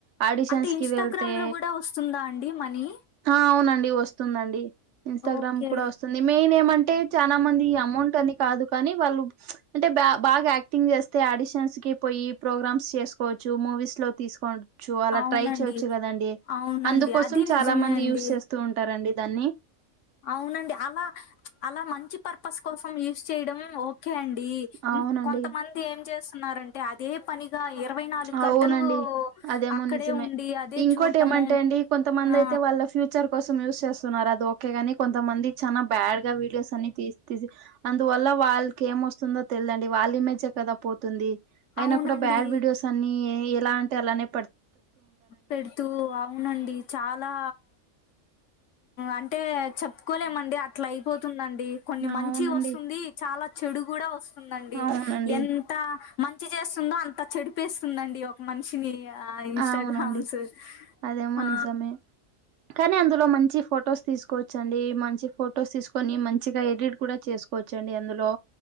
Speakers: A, on the right; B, on the left.
A: ఆడిషన్స్
B: అంటే ఇన్స్టాగ్రామ్‌లో
A: కి వెళ్తే
B: గూడా వస్తుందా అండి మనీ
A: ఆ అవునండి వస్తుందండి ఇన్స్టాగ్రామ్
B: ఓకే
A: కూడా వస్తుంది మెయిన్ ఏమంటే చాలా మంది అమౌంట్ అని కాదు కానీ వాళ్ళు అంటే బా బాగా యాక్ థింగ్ చేస్తే ఆడిషన్స్ కి పోయి ప్రోగ్రామ్స్ చేసుకోవచ్చు మూవీస్ లో తీసుకో చువాలా
B: అవునండి
A: ట్రై చేయొచ్చు కదండి
B: అవునండి
A: అందుకోసం
B: అది
A: చాలా
B: నిజమే
A: మంది
B: అండి
A: యూస్ చేస్తూ ఉంటారండి దాన్ని
B: అవునండి అలా అలా మంచి పర్పస్ కోసం యూస్ చేయడం ఓ ఓకే అండి
A: అవునండి
B: కొంతమంది ఏం చేస్తున్నరంటే అది అదే పనిగా ఇరవై నాలుగు
A: అవునండి
B: గంటలు
A: అదేమో
B: అక్కడే
A: నిజమే
B: ఉండి అదే
A: ఇంకోటి
B: చూడ్డము
A: ఏమంటే అండి కొంతమంది
B: ఆ
A: అయితే వాళ్ళ ఫ్యూచర్ పిక్చర్ కోసం యూజస్ చేస్తున్నారు అది ఓకే గాని కొంతమంది చానా బ్యాడ్ గా వీడియోస్ అన్ని తీసిసి అందువల్ల వాళ్ళకి ఏమొస్తుందో తెలిదండి వాళ్ళ ఇమేజే కదా పోతుంది అయినా
B: అవునండి
A: కూడా బ్యాడ్ వీడియోస్ అన్ని ఎలా అంటే అలానే పడత
B: పెడుతూ అవునండి చాలా అంటే చెప్పుకోలేమండి అట్లా అయిపోతుందండి కొన్ని మంచి
A: అవునండి
B: వస్తుంది చాలా చెడు కూడా వస్తుందండి
A: అవునండి
B: ఎన్ అంత మంచి చేస్తుందో అంత చెడిపేస్తుందండి ఒక మనిషిని ఆ ఇన్స్టాగ
A: అవునండి
B: హుమ్స్
A: అదేమో
B: ఆ
A: నిజమే కానీ అందులో మంచి ఫొటోస్ తీసుకోవచ్చండి మంచి ఫొటోస్ తీసుకొని మంచిగా ఎడిట్ కూడా చేసుకో వచ్చండి ఎందులో